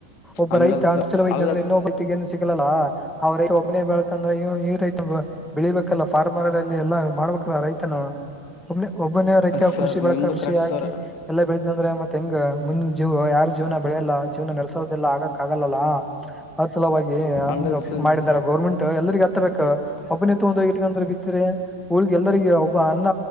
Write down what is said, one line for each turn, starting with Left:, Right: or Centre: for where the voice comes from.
Centre: ಒಬ್ಬ
Left: ಹಂಗಲ್
Centre: ರೈತ
Left: ಸರ್
Centre: ಅನುಚಲ ವೈದ್ಯ
Left: ಅಲ್ಲ
Centre: ಅಂದ್ರೆ ಇನ್ನೊಬ್ಬ ರೈತ ಏನು ಸಿಕ್ಕಲಲ್ಲಾ. ಅವ್ರೇಟ್ ಹೋಗ್. ಪುನನೆ ಬೆಳ್ ಕಂಡ್ರೆ ಅಂದ್ರ ಇವ ಈ ರೈತನ್ ಗುವೇ. ಬೆಳಿಬೇಕಲ್ಲ ಫಾರ್ಮರ್ಲ್ಲಿ ಎಲ್ಲಾ ಮಾಡ್ಬೇಕಲ್ಲ ರೈತನು ಒ ಒಬ್ಬನೆ. ಮತ್
Left: ಸರ್
Centre: ಕೃಷಿ ಬಳಕ
Left: ನಿಮ್ದು
Centre: ಕೃಷಿ
Left: ಕರೆಕ್ಟ್
Centre: ಹಾಕಿ
Left: ಸರ್
Centre: ಎಲ್ಲಬೇಳಿದ್ಂದ್ರೆ ಮತ್. <unintelligible> ಜೀವ ಯಾರ ಜೀವನ ಬೆಳೆಯಲ್ಲ ಜೀವನ ನಡೆಸೋದಿಲ್ಲ ಆಗಕ್ ಆಗಲ್ಲ ಅಲ್ಲ ಅದು ಸಲುವಾಗಿ
Left: ಅಂಗಲ್
Centre: ಹಂಗ
Left: ಸರ್
Centre: ಮಾಡಿದಾರ ಗೌರ್ಮೆಂಟ್ ಎಲ್ಲರಿಗ ಹತ್ತಬೇಕಕ್ ಒಬ್ಬನ ತಗೊಂಡ್ ಹೋಗಿ ಇಟ್ಕಂಡ್ರ ಬಿತ್ತರಿ ಊ ಲಿದ್ ಎಲ್ಲರಿಗೆ. ಅನ್ನ